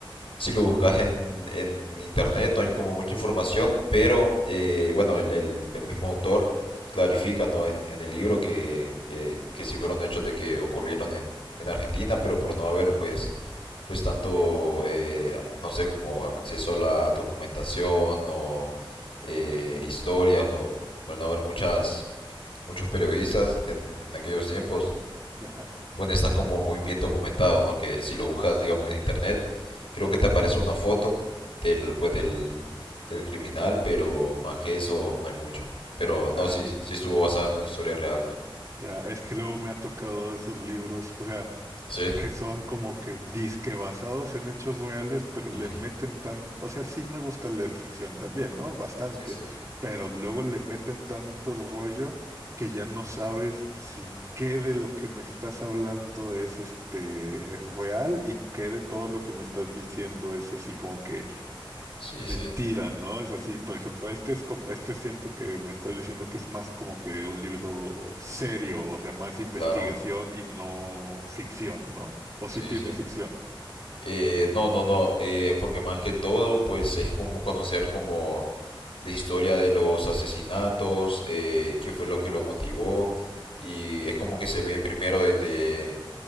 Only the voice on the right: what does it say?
Ajá.
Ah,
ah,
sí.
Ya, es que luego me ha tocado esos libros, o sea.
que son como que disque basados en hechos reales, pero
le meten tanto, o sea, sí me gusta leer ficción también, ¿no? Bastante,
pero luego le meten tanto rollo que ya no sabes si qué de lo que me estás hablando es este real y qué de todo lo que me estás diciendo es así como que
Mentira,
¿no? Es así, por ejemplo, este es como, este siento que me estás diciendo que es más como que un libro serio, o sea, más investigación
y no ficción, ¿no? O
sí tiene
ficción.